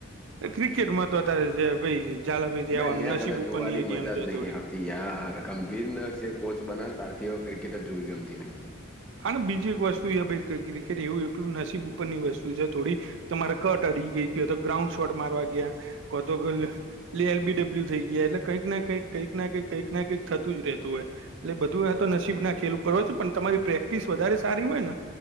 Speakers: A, on the right; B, in the centre.
A: ક્રિકેટમાં તો અત્યારે જે ભાઈ ઝાલા ભાઈથી
B: મેં
A: વાનું
B: મેચ
A: નસીબ
B: હવે
A: ઉપરની
B: જોવાની
A: એ
B: મજા
A: ગેમ છે
B: જ
A: થોડીક
B: નહીં યાર, ગંભીર નસે કોચ બના ને તારથી ક્રિકેટ જ જોવી ગમતી નય
A: હાલોન, બીજી એક વસ્તુ એ ભઈ ક્રિકેટ એવું એકલું નસીબ ઉપરની વસ્તુ છે થોડી તમારે કટ અડી ગઈ કે તો ગ્રાઉન્ડ શોટ મારવા ગયા કો તો કોઈ એટ એલ બી ડબલ્યુ થઈ ગયા એટલે કંઈક કંઈક કંઈક કઈ કઈક ના કઈક થતું જ રહેતું હોય એટલે, બધું એ તો નસીબના ખેલ ઉપર હોય છે પણ તમારી પ્રેક પ્રેક્ટિસ વધારે સારી હોય ન